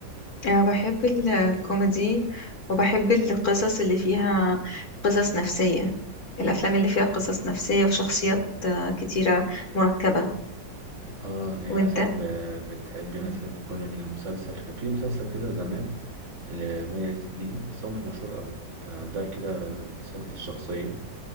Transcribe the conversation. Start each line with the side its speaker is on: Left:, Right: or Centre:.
Left: أه بحب الكوميدي وبحب القصص اللي فيها قصص نفسية الأفلام اللي فيها قصص نفسية وشخصيات آه، كتيرة مركبة
Right: اه يعني
Left: وانت
Right: مثلا ب- بتحبي
Left: مم.
Right: مثلا يكون المسلسل كان في مسلسل كده زمان لمي عز الدين بس هو مش مشهور قوي كان عندها كده انفصام في الشخصيه